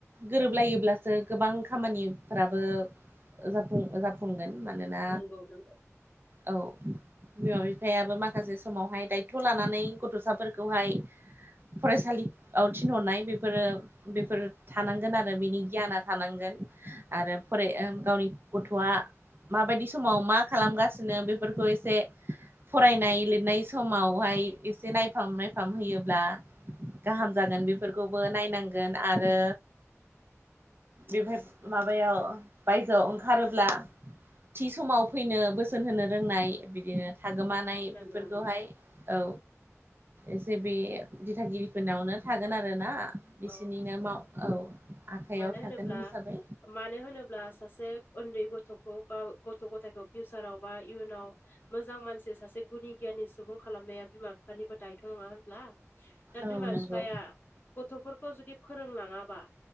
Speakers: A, on the right; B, on the left.
A: गोरोबलायोब्लासो गोबां खामानिफ्राबो जाफुं जाफुंगोन मानोना
B: नंगौ नंगौ
A: औ बिमा बिफायाबो माखासे समावहाय दायथ' लानानै गथ'साफोरखौहाय फरायसालियाव थिनहरनाय बेफोरो बेफोर थानांगोन आरो बिनि गियाना थानांगोन आरो फराय ओ गावनि गथ'आ माबायदि समाव मा खालामगासिनो बेफोरखौ एसे फरायनाय लिरनाय समावहाय एसे नायफाम नायफाम होयोब्ला गाहाम जागोन बेफोरखौबो नायनांगोन आरो बेहाय माबायाव बायजोआव ओंखारोब्ला थि समाव फैनो बोसोन होनो रोंनाय बिदिनो थागोमानाय
B: नंगौ
A: बेफोरखौहाय
B: नंगौ
A: औ एसे बे दिथागिरिफोरनावनो थागोन आरो ना बिसोरनिनो
B: औ
A: माव औ आखाइयाव
B: मानो
A: थागोन
B: होनोब्ला
A: हिसाबै
B: मानो होनोब्ला सासे उन्दै गथ'खौ बा गथ' गथायखौ फिउचाराव बा इयुनाव मोजां मानसि सासे गुनि गियााननि सुबुं खालामनाया बिमा बिफानिबो दायथ' नङा होनब्ला? दा
A: औ
B: बिमा
A: नंगौ
B: बिफाया गथ'फोरखौ जुदि फोरोंलाङाबा